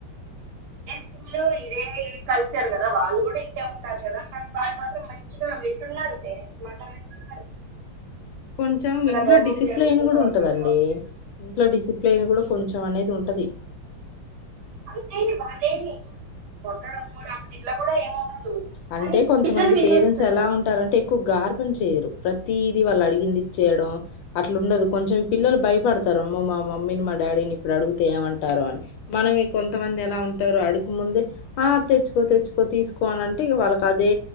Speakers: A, on the right; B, on the left.
A: స్కూల్ ఇదే కల్చర్ కదా వాళ్ళు కూడా ఇంతే ఉంటారు కదా కానీ వాళ్ళు మాత్రం మంచిగా వింటున్నారు పేరెంట్స్ వాట <unintelligible>
B: కొంచెం ఇంట్లో
A: లోపం
B: డిసిప్లైన్
A: జరుగుతుందో
B: కూడా ఉంటదండి
A: అర్థం కావట్లేదు
B: ఇంట్లో డిసిప్ ప్లేన్ కూడా కొంచెం అనేది ఉంటుంది
A: చీ వాళ్ళేమి <unintelligible> ఇట్లా కూడా
B: అంటే
A: కానీ
B: కొంతమంది
A: పిల్లలు వినేస్తున్నారు
B: పేరెంట్స్ ఎలా ఉంటారంటే ఎక్కువ కు గార్పం చేయరు ప్రతిదీ వాళ్ళు అడిగింది ఇచ్చయడం అట్లు ఉండదు కొంచెం పిల్లలు భయపడతారు అమ్మో మా మమ్మీని మా డాడీని ఇప్పుడు అడుగుతే ఏమంటారు అని మనం కొంతమంది ఎలా ఉంటారు అడుకు ముందే ఆ తెచ్చుకో తెచ్చుకో తీసుకో అనంటే టి ఇగ వాళ్ళకి అదే